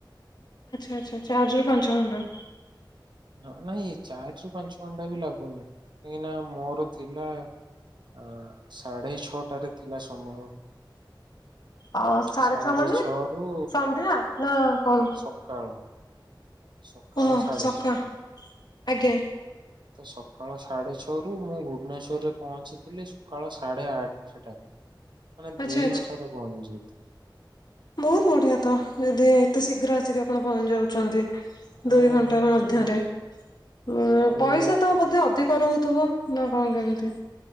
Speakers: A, on the left; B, on the right.
A: ଆଚ୍ଛା ଆଚ୍ଛା ଚାରିରୁ ପାଞ୍ଚ ଘଣ୍ଟା
B: ହଁ ନାଇଁ ଚାରିରୁ ପାଞ୍ଚ ଘଣ୍ଟାବି ଲାଗୁନି କାହିଁକିନା ମୋର ଥିଲା ଅ ସାଢେ ଛଅଟାରେ ଥିଲା ସମୟ
A: ଅ
B: ସାଢେ
A: ଛଅ ମାନେ
B: ଛଅରୁ
A: ସନ୍ଧ୍ୟା ନା କଣ?
B: ସକାଳ ସକାଳ
A: ଓହୋ
B: ସାଢ଼େ
A: ସକା
B: ଛଅ।
A: ଆଜ୍ଞା
B: ତ ସକାଳ ସାଢ଼େ ଛଅରୁ ମୁଁ ଭୁବନେଶ୍ୱରରେ ପହଞ୍ଚିଥିଲି ସକାଳ ସାଢ଼େ ଆ ଆଠଟାରେ ମାନେ
A: ଆଚ୍ଛା
B: ଦୁଇ ଘଣ୍ଟାରେ ପହଞ୍ଚି ଯାଇଥିଲି।
A: ବହୁତ୍ ବଢ଼ିଆତ ଯଦି ଏତେ ଶୀଘ୍ର ଆସିକି ଆପଣ ପହଞ୍ଚି ଯାଉଛନ୍ତି।
B: ହଁ
A: ଦୁଇ ଘଣ୍ଟା
B: ହଁ
A: ମଧ୍ୟରେ
B: ହଁ
A: ଉ
B: ଆଉ
A: ପଇସାତ
B: ଟି
A: ବୋଧେ ଅଧିକ ରହୁ ଥୁବ ନା କଣ କେମିତି?